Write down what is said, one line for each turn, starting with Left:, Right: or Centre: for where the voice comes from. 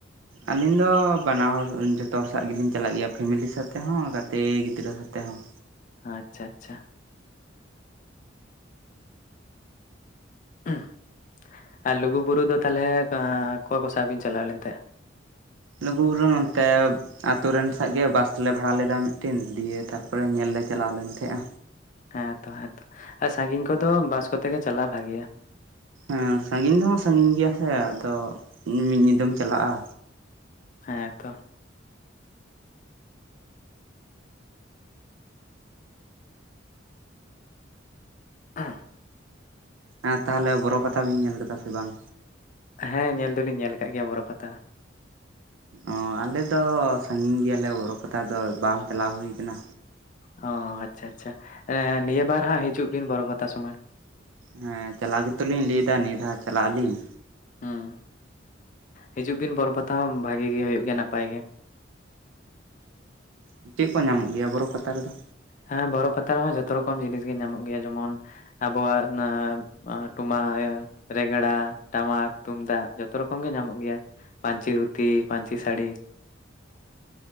Right: ᱟᱹᱞᱤᱧ ᱫᱚ ᱵᱟᱱᱟ ᱦᱚᱲ ᱡᱚᱛᱚ ᱦᱚᱲ ᱥᱟᱸᱜ ᱜᱮᱞᱤᱧ ᱪᱟᱞᱟᱜ ᱜᱮᱭᱟ ᱯᱷᱮᱢᱮᱞᱤ ᱥᱟᱛᱮᱜ ᱦᱚᱸ ᱜᱟᱛᱮ ᱜᱤᱫᱽᱨᱟᱹ ᱥᱟᱛᱮᱜ ᱦᱚᱸ᱾
Left: ᱟᱸᱪᱪᱷᱟ ᱟᱪᱪᱷᱟ᱾ ᱩᱸᱦ ᱟᱨ ᱞᱩᱜᱩ ᱵᱩᱨᱩ ᱫᱚ ᱛᱟᱞᱦᱮ ᱠᱟ ᱠᱚᱭ ᱠᱚ ᱥᱟᱶ ᱵᱮᱱ ᱪᱟᱞᱟᱣ ᱞᱮᱱ ᱛᱟᱦᱮᱸᱜ?
Right: ᱞᱩᱜᱩ ᱵᱩᱨᱩ ᱱᱚᱱᱛᱮᱵᱼᱼ ᱟᱛᱩ ᱨᱮᱱ ᱥᱟᱶ ᱜᱮ ᱵᱟᱥ ᱞᱮ ᱵᱷᱟᱲᱟ ᱞᱮᱫᱟ ᱢᱤᱫᱴᱤᱱ ᱫᱤᱭᱮ ᱛᱟᱨᱯᱚᱨᱮ ᱧᱮᱞ ᱞᱮ ᱪᱟᱞᱟᱣ ᱞᱮᱱ ᱛᱟᱦᱮᱸᱜ-ᱟ᱾
Left: ᱦᱮᱸᱛᱚ ᱦᱮᱸᱛᱚ ᱟᱨ ᱥᱟᱸᱜᱤᱧ ᱠᱚᱫᱚ ᱵᱟᱥ ᱠᱚᱛᱮ ᱜᱮ ᱪᱟᱞᱟᱣ ᱵᱷᱟᱜᱮᱭᱟ᱾
Right: ᱮᱸᱻ ᱥᱟᱸᱜᱤᱧ ᱫᱚ ᱦᱟᱸᱜ ᱥᱟᱸᱜᱤᱧ ᱜᱮᱭᱟ ᱥᱮ ᱟᱫᱚ ᱢᱤᱜ ᱧᱤᱸᱫᱟᱹᱢ ᱪᱟᱞᱟᱜ-ᱟ᱾
Left: ᱦᱮᱸ ᱛᱚ <unintelligible>
Right: ᱦᱮᱸ ᱛᱟᱦᱚᱞᱮ ᱵᱚᱨᱚ ᱯᱟᱛᱷᱟ ᱵᱤᱱ ᱧᱮᱞ ᱟᱠᱟᱫᱟ ᱥᱮ ᱵᱟᱝ?
Left: ᱦᱮᱸ ᱧᱮᱞ ᱫᱚᱞᱤᱧ ᱧᱮᱞ ᱟᱠᱟᱜ ᱜᱮᱭᱟ ᱵᱚᱨᱚ ᱯᱟᱛᱟ ᱦᱚᱸ᱾
Right: ᱚᱸᱻ ᱟᱞᱮ ᱫᱚ ᱥᱟᱸᱜᱤᱧ ᱜᱮᱭᱟᱞᱮ ᱵᱚᱨᱚ ᱯᱟᱛᱟ ᱫᱚ ᱵᱟᱝ ᱪᱟᱞᱟᱣ ᱦᱩᱭ ᱠᱟᱱᱟ᱾
Left: ᱦᱚᱸᱻ ᱟᱪᱪᱷᱟ ᱟᱪᱪᱷᱟ ᱮᱸ ᱱᱤᱭᱟᱹ ᱵᱟᱨ ᱦᱟᱸᱜ ᱦᱤᱡᱩᱜ ᱵᱤᱱ ᱵᱚᱨᱚ ᱯᱚᱛᱟ ᱥᱚᱢᱚᱭ᱾
Right: ᱦᱮᱸ ᱪᱟᱞᱟᱣ ᱜᱮᱛᱚ ᱞᱤᱧ ᱞᱟᱹᱭ ᱫᱟ ᱱᱤᱭᱟᱹ ᱫᱷᱟᱣ ᱪᱟᱞᱟᱜ ᱟᱹᱞᱤᱧ᱾
Left: ᱦᱩᱸ ᱦᱤᱡᱩᱜ ᱵᱤᱱ ᱵᱚᱨᱚ ᱯᱟᱛᱟ ᱦᱚᱸ ᱵᱷᱟᱜᱤ ᱜᱮ ᱦᱩᱭᱩᱜ ᱜᱮᱭᱟ ᱱᱟᱯᱟᱭ ᱜᱮ᱾
Right: ᱚᱸ ᱪᱮᱜ ᱠᱚ ᱧᱟᱢᱚᱜ ᱜᱮᱭᱟ ᱵᱚᱨᱚ ᱯᱟᱛᱟ ᱨᱮᱫᱚ?
Left: ᱦᱮᱸ ᱵᱚᱨᱚ ᱯᱟᱛᱟ ᱨᱮᱦᱚᱸ ᱡᱷᱚᱛᱚ ᱨᱚᱠᱚᱢ ᱡᱤᱱᱤᱥ ᱜᱮ ᱧᱟᱢᱚᱜ ᱜᱮᱭᱟ ᱡᱮᱢᱚᱱ ᱟᱵᱚᱣᱟᱜ ᱚᱱᱟ ᱟᱸ ᱴᱩᱢᱟ ᱤᱭᱟᱹ ᱨᱮᱜᱽᱲᱟ ᱴᱟᱢᱟᱠ ᱛᱩᱢᱫᱟᱜ ᱡᱚᱛᱚ ᱨᱚᱠᱚᱢ ᱜᱮ ᱧᱟᱢᱚᱜ ᱜᱮᱭᱟ᱾ ᱯᱟᱧᱪᱤ ᱫᱷᱩᱛᱤ ᱯᱟᱧᱪᱤ ᱥᱟᱹᱲᱤ